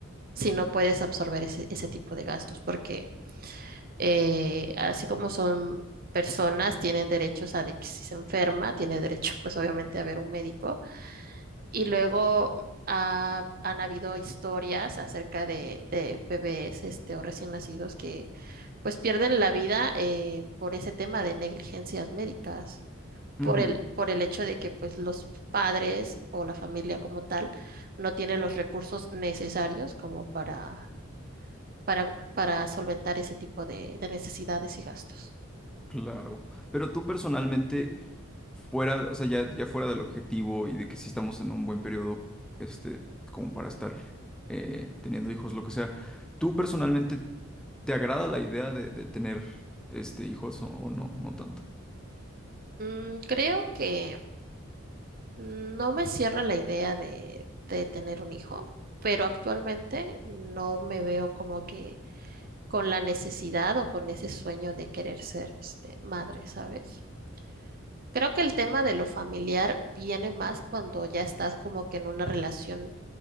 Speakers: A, on the right (about 45°); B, in the centre.
A: si no puedes absorber ese, ese tipo de gastos, porque eh, así como son personas, tienen derechos a de que si se enferma, tiene derecho pues obviamente a ver un médico. Y luego ha- han habido historias acerca de, de bebés este, o recién nacidos que pues pierden la vida eh, por ese tema de negligencias médicas,
B: ujú.
A: por el, por el hecho de que pues los padres o la familia como tal no tienen los recursos necesarios como para para, para solventar ese tipo de, de necesidades y gastos.
B: Claro, pero tú personalmente, fuera, o sea, ya, ya fuera del objetivo y de que sí estamos en un buen periodo, este, como para estar eh, teniendo hijos, lo que sea, ¿tú personalmente te agrada la idea de, de tener este, hijos o, o no? No tanto.
A: Mm, creo que no me cierro la idea de, de tener un hijo, pero actualmente no me veo como que con la necesidad o con ese sueño de querer ser este, madre, ¿sabes? Creo que el tema de lo familiar viene más cuando ya estás como que en una relación